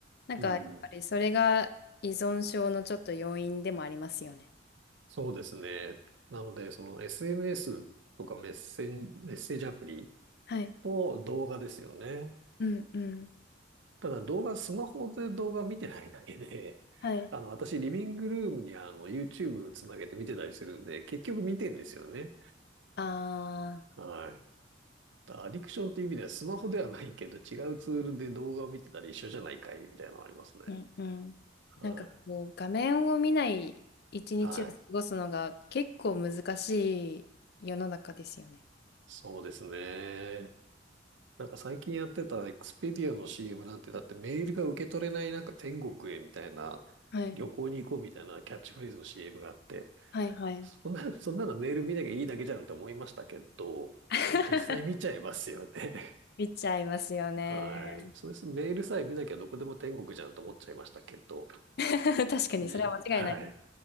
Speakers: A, on the left; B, on the right.
A: なんかやっぱりそれが依存症のちょっと要因でもありますよね。
B: うん。そうですね。なので、その SNS とかメッセン、メッセージアプリ
A: はい。
B: と動画ですよね。
A: うんうん。
B: ただ動画、スマホで動画見てないだけで、
A: はい。
B: <laughs>
A: あ
B: あの、私、リビングルームにあの、YouTube つなげて見てたりするんで、結局見てんですよね。
A: あ。
B: はい。アディクションっていう意味では、スマホではないけど、違うツールで動画を見てたら一緒じゃないかいみたいなのありますね。
A: うんうん。
B: は
A: なんかこう、画面を見ない一日を過ごすのが結構難しい世の中ですよね。
B: い。はい。そうですね。なんか最近やってたエクスペディアの CM なんて、だってメールが受け取れないなんか天国へみたいな、
A: はい。
B: 旅行に行こうみたいなキャッチフレーズの CM があって、
A: はいはい。
B: そんな、<laughs> そんなのメール見なきゃいいだけじゃんと思いましたけど、
A: <laughs>
B: でも実際見ちゃいますよね。
A: 見ちゃいますよね。
B: <laughs> はい。そうです。メールさえ見なきゃどこでも天国じゃんと思っちゃいましたけど、
A: <laughs> 確かに、
B: じ、
A: それは間違いないです
B: <laughs> はい。